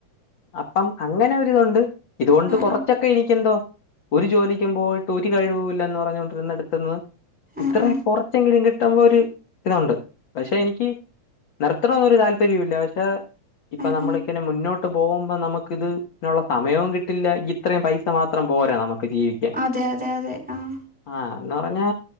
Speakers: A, on the left; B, in the centre.
A: അപ്പം അങ്ങനൊര്തൊണ്ട് ഇതോണ്ട്
B: ആ
A: കൊറച്ചക്ക
B: ആ
A: എനിക്കെന്തോ ഒര് ജോലിക്കും പോയ്ട്ട് ഒര് കഴിവൂല്ലന്ന് പറഞ്ഞോണ്ടിര്ന്നട്ത്ത്ന്ന് ഇത്രെ
B: ആ ആ
A: കൊറച്ചെങ്കിലും കിട്ടുമ്പോര് ഇതൊണ്ട് പക്ഷെ എനിക്ക് നിർത്തണോ ഒര് താൽപ്പര്യുല്ല പക്ഷെ ഇപ്പ
B: ആ
A: നമ്മളിക്കന്നെ
B: ആ
A: മുന്നോട്ട് പോവ്മ്പ നമക്കിത് നൊള്ള സമയോം കിട്ടില്ല ഇത്രേം പൈസ മാ ത്രം പോര നമക്ക് ജീവി
B: അതെ അതെ അതെ ആഹ്
A: ആഹ് എന്ന് പറഞ്ഞ